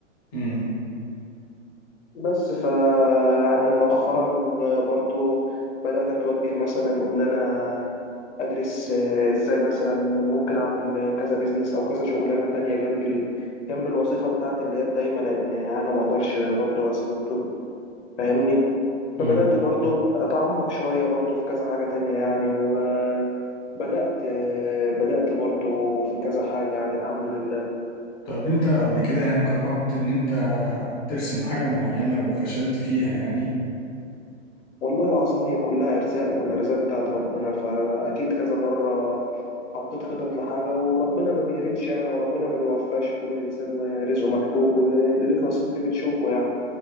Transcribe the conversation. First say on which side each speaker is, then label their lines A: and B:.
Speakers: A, on the left; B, on the left.
A: مم.
B: بس ف يعني مؤخرا آه، برضه بدأت أتوجه مثلا إن أنا ادرس آه، ازاي مثلا ممكن اعمل كذا بيزنس او كذا شغلانه تانية جنب ال... جنب الوظيفه بتاعتي اللي هي الدايمه لان انا ما اقدرش برضو اسيب الطب فاهمني
A: مم.
B: فبدات برضو اتعمق شويه برضو في كذا حاجه تانية يعني وبدات آه، بدات برضو في كذا حاجه يعني الحمد لله
A: طب انت قبل كده يعني جربت ان انت ترسم حاجة معينة وفشلت فيها يعني
B: والله العظيم هي كلها ارزاق والارزاق بتاعت ربنا فاكيد كذا مره حطيت خطط لحاجة وربنا ما بيردش يعني وربنا ما بيوفقش كل إنسان ورزقه مكتوب واللي ليك نصيب فيه بتشوفه يعني